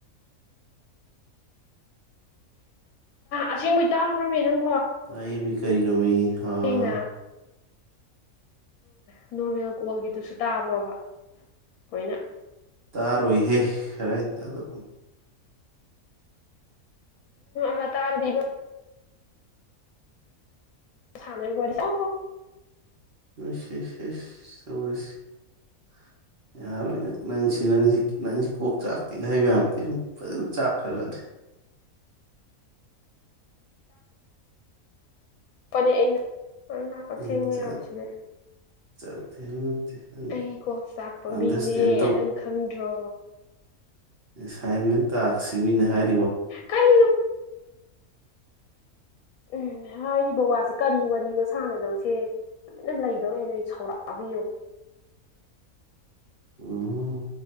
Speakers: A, on the left; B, on the right.
A: ꯑꯁꯦꯡꯕꯩ ꯇꯥꯕ꯭ꯔꯃꯦ ꯅꯪ
B: ꯇꯥꯏꯌꯦꯕꯤ ꯀꯔꯤ ꯅꯨꯣꯃꯤ ꯍꯥꯥ
A: ꯍꯥꯏꯕꯅ ꯅꯣꯔꯃꯦꯜ ꯀꯣꯜꯒꯤꯗꯨꯁꯨ ꯇꯥꯕ꯭ꯔꯣꯕ ꯑꯩꯣꯏꯅ
B: ꯇꯥꯔꯣꯏꯍꯦꯥꯏꯇꯗ
A: ꯇꯥ ꯇꯥꯔꯥꯗꯤ ꯊ ꯋꯥꯔꯤ ꯍ
B: ꯦꯦꯁ ꯌꯥꯔꯣꯏ ꯅꯪ ꯅꯪꯁꯤ ꯅꯪꯁꯤ ꯅꯪꯁꯤ ꯀꯣꯛ ꯆꯥꯛꯇꯦꯒ ꯍꯥꯏꯕ ꯌꯥꯕꯗꯤ ꯑꯗꯨ ꯐꯖꯅ ꯆꯥꯛꯈ꯭ꯔꯗꯤ
A: ꯐꯅꯦ ꯑꯩꯅ ꯀꯛꯆꯦꯡ
B: ꯅꯪ
A: ꯃꯌꯥꯝꯁꯤꯗꯤ
B: ꯆꯥꯛ ꯆꯥꯛꯇꯦ ꯍꯥꯏꯕ ꯅꯠꯇꯦ ꯅꯪ
A: ꯑꯩ ꯀꯣꯛ ꯆꯥꯛꯄ
B: ꯑꯟꯗꯔꯁꯇꯦꯟ
A: ꯃꯤꯅꯦ ꯅꯪ ꯈꯪꯗ꯭ꯔꯣ
B: ꯁꯥꯏꯃꯦꯟꯇ ꯑꯛꯁꯤꯃꯤꯅ ꯍꯥꯏ
A: ꯀꯔꯤ ꯎꯝ ꯍꯥꯏꯔꯤꯕ ꯕꯕꯥꯁꯦ ꯀꯔꯤ ꯋꯥꯔꯤꯅꯣ ꯁꯥꯟꯅꯗꯧꯁꯦ ꯂꯨꯃꯤꯅ ꯂꯩꯗꯧꯦꯅ ꯑꯩ ꯁꯧꯔꯥꯛꯕꯤꯌꯨ
B: ꯑꯣ